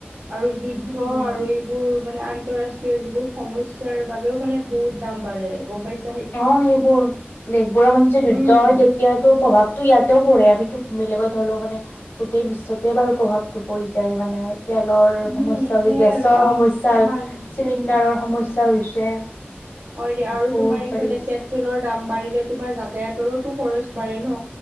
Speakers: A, on the right; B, on the left.
A: আৰু যুদ্ধ
B: উম।
A: আৰু এই যোৰ মানে আন্তৰাষ্ট্ৰীয় যিবোৰ সমস্যাৰ বাবেও মানে বহুত দাম বাঢ়ে গম পাইছোঁ।
B: অ' সেইবোৰ দেশবোৰৰ মানে যে যুদ্ধ
A: উম
B: হয় তে তেতিয়াতো প্ৰভাৱতো ইয়াতেও পৰে, আমিতো বেলেগত ধৰি লও মানে গোটেই বিশ্বতে বাৰু প্ৰভাৱটো পৰি যায় মানে। তেলৰ
A: উম
B: সমস্যাৰো
A: সেই
B: হৈছে গেছৰ
A: আৰু অ
B: সমস্যাৰ
A: মান
B: চিলিণ্ডাৰৰ
A: উম
B: সমস্যা হৈছে।
A: হয়, দিয়া আৰু
B: বহুত
A: তোমাৰ এইফালে
B: বাঢ়ি গৈছে
A: পেট পেট্ৰলৰ দাম বাঢ়িলে তোমাৰ যাতায়তৰোতো খৰচ বাঢ়ে ন।